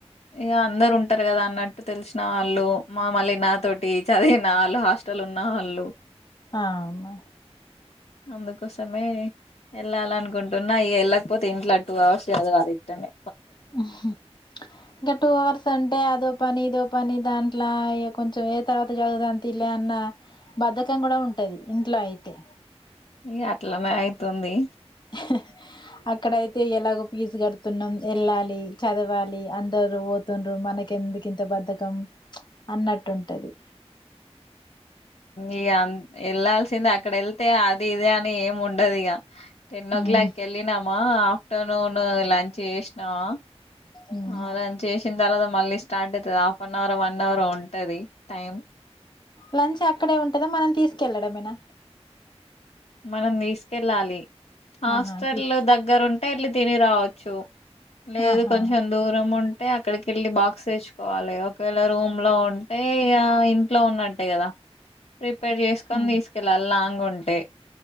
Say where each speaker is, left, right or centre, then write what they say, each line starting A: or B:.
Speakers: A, on the left; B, on the left.
A: ఇగ అందరు ఉంటారు కదా అన్నట్టు తెలిసిన వాళ్ళు మా మళ్లీ నాతోటి చదివిన వాళ్ళు హాస్టల్ ఉన్న వాళ్ళు
B: ఆ అవునా
A: అందుకోసమే వేల్లాలనుకుంటున్న ఇగ వెళ్ళకపోతే ఇంట్ల టూ అవర్స్ చదవలీ ఇట్టనే
B: ఉహు ఇంకా టూ అవర్స్ అంటే అదో పని ఇదో పని దాంట్ల ఇగ కొంచెం ఏ తర్వాత చదువుదాం తీలే అన్న బద్ధకం కూడా ఉంటది ఇంట్లో అయితే
A: ఇగ అట్లనే అయితుంది
B: <unintelligible> అక్కడయితే ఎలాగో పీజు కడుతున్నాం ఎళ్ళాలి చదవాలి అందరు పోతుండ్రు మనకి ఎందుకు ఇంత బద్ధకం అన్నట్టు ఉంటది
A: ఇగ అంత్ వేళ్ళాల్సిందే అక్కడ వెళ్తే అది ఇది అని ఏం ఉండదు ఇగ టెన్ ఓ
B: ఉమ్
A: క్లాక్ వెళ్ళినామా ఆఫ్టర్నూన్ లంచ్ చేసినామా
B: ఉమ్
A: అ లాంచ్ చేసిన తర్వాత మళ్ళీ స్టార్ట్ అయితాది హాఫ్ అన్ అవరో వన్ అవరో ఉంటది టైం
B: లంచ్ అక్కడే ఉంటదా మనం తీసుకెళ్ళడమేనా
A: మనం తీసుకెళ్ళాలి హాస్టల్
B: ఆహా తీసుకు
A: దగ్గరు ఉంటే వెళ్ళి తిని రావచ్చు లేదు
B: ఆహా
A: కొంచెం దూరం ఉంట టే అక్కడికేళ్ళి బాక్స్ తెచ్చుకోవాలి ఒకవేళ రూమ్ లో ఉంటే ఇంట్లో ఉన్నట్టే కదా ప్రిపేర్ చేసుకొని
B: ఉమ్
A: తీసుకెళ్ళాలి లాంగ్ ఉంటే